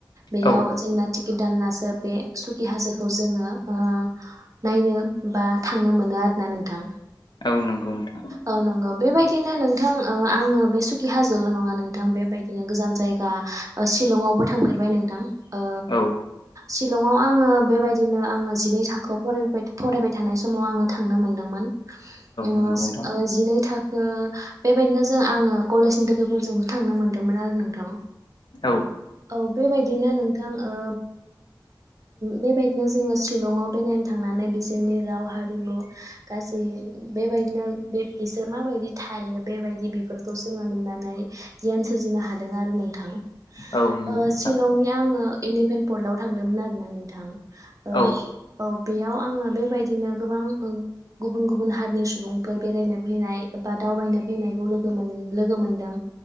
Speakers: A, on the right (about 45°); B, on the left (about 65°).
A: बेयाव
B: औ
A: जोंना टिकिट दानसो बे सुखि हाजोखौ जोङो ओ नायनो बा थांनो मोनो आरो ना नोंथां
B: औ नंगौ नोंथां
A: औ नंगौ बेबायदिनो नों नोंथां आङो बे सुकि हाजोल' नङा नोंथां बेबायदिनो गोजान जायगा ओ शिलंआवबो थांफेरबाय नोंथां ओ
B: औ औ
A: शिलंआव आङो बेबायदिनो आङो जिनै थाखोआव फरायबाय थानार समाव आङो थांनो मोनदोंमोन ओ
B: नंगौ नोंथां
A: जिनै थां ओ बेबायदिनो जों आङो कलेजनि लोगोफोरजोंबो थांनो मोनदोंमोन आरो आङो
B: औ
A: औ बेबायदिनो नों थां ओ बेबायदिनो जोङो शिलंआव बेरायनो थांनानै बे सोरनि राव हारिमु गासै बेबायदिनो बे बिसोर माबायदि थायो बेबाय दि बेफोरखौ जोङो नुनानै गियान सोरजिनो हादों आरो नोंथां
B: औ नंगौ
A: ओ
B: नोंथां
A: शिलंनि आङो एलिफेन्ट पर्टाव थांदोंमोन आरोना नोंथां ओ
B: औ
A: औ बेयाव आङो बे बायदिनो गोबां गुबुन गुबुन हारिनि सुबुंफोर बेरायनो फैनाय बा दावबायनो फैनायखौ लोगो मोन लोगो मोनदों